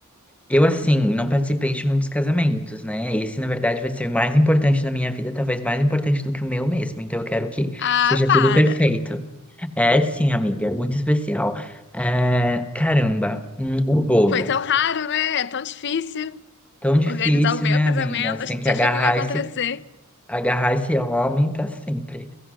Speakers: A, in the centre; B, on the left.
A: Eu, assim, não participei de muitos casamentos, né? Esse, na verdade, vai ser o mais importante da minha vida, talvez mais importante do que o meu mesmo. Então, eu quero que
B: Ah,
A: seja
B: para!
A: tudo perfeito. É, sim, amiga, muito especial. É, caramba, hum, o bolo.
B: Foi tão raro, né? É tão difícil
A: Tão difícil,
B: organizar o meu
A: né,
B: casamento.
A: amiga? Você
B: A gente
A: tem que agarrar
B: achou que não ia acontecer.
A: esse, agarrar esse homem pra sempre.